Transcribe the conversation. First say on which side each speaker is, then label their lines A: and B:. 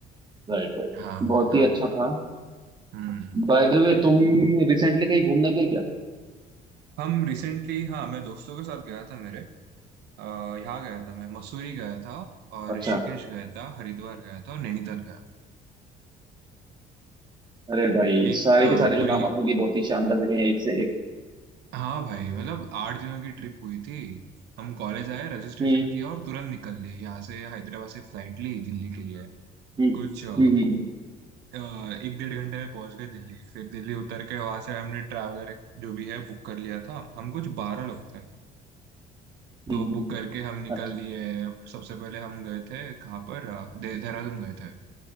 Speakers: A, on the right (about 25°); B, on the right (about 80°).
A: Right right
B: हाँ
A: बहुत
B: हाँ
A: ही अच्छा
B: हाँ
A: था
B: हम्म
A: बाय द वे तुम रिसेंटली कहीं घूमने गए क्या
B: हम रिसेंटली हाँ मैं दोस्तों के साथ गया था मेरे अ, यहाँ गया था मैं मसूरी गया था और
A: अच्छा
B: ऋषिकेश गया था हरिद्वार गया था और नैनीताल गया
A: अरे भाई
B: था एक
A: सारे
B: अ,
A: के सारे
B: पूरी
A: जो नाम आपने लिए बहुत ही शानदार जगह है एक से एक
B: हाँ भाई मतलब आठ दिनों की ट्रिप हुई थी हम कॉलेज आए रजिस्ट्रेशन
A: हम्म
B: किया और तुरंत निकल लिए यहाँ से हैदराबाद से फ्लाइट ली दिल्ली के लिए
A: हम्म
B: कुछ अ,
A: हम्म हम्म
B: अ, एक डेढ़ घंटे में पहुंच गए दिल्ली फिर दिल्ली उतर के वहां से हमने ट्रैवलर जो भी है बुक कर लिया था हम कुछ बारह लोग थे
A: हम्म,
B: तो
A: हम्म,
B: बुक
A: हम्म।
B: करके हम निकल
A: अच्छा
B: लिए सबसे पहले हम गए थे कहाँ पर अ, दे- देहरादून गए थे